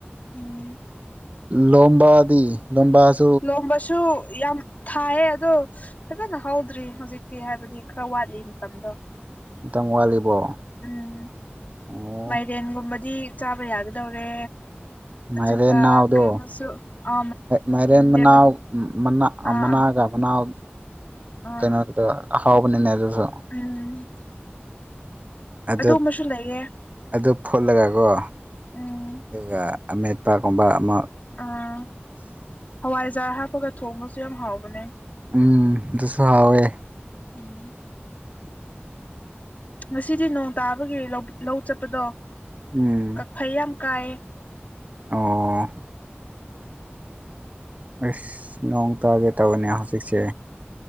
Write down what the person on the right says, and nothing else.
ꯂꯣꯝꯕꯥꯗꯤ ꯂꯣꯝꯕꯥꯁꯤ
ꯃꯇꯝ ꯋꯥꯠꯂꯤꯕꯣ
ꯑꯣ
ꯃꯥꯏꯔꯦꯟ
ꯅꯥꯎꯗꯣ
ꯃꯥꯏꯔꯦꯟ ꯃꯅꯥꯎ
ꯃꯅꯥ
ꯃꯅꯥꯒ ꯃꯅꯥꯎ
ꯀꯩꯅꯣꯗꯨ ꯍꯥꯎꯕꯅꯤꯅꯦ ꯑꯗꯨꯁꯨ
ꯑꯗꯨ
ꯑꯗꯨ ꯐꯨꯠꯂꯒꯀꯣ
ꯑꯗꯨꯒ ꯑꯃꯦꯠꯄꯥꯀꯨꯝꯕ ꯑꯃꯥ
ꯎꯝ ꯑꯗꯨꯁꯨ ꯍꯥꯎꯋꯦ
ꯎꯝ
ꯑꯣ ꯑꯁ ꯅꯣꯡ ꯇꯥꯒꯦ ꯇꯧꯋꯤꯅꯦ ꯍꯧꯖꯤꯛꯁꯦ